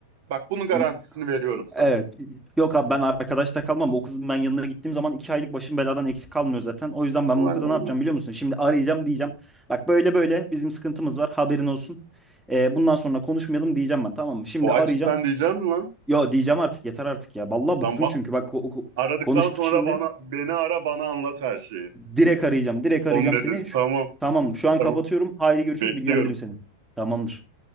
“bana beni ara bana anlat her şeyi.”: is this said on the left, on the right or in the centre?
Right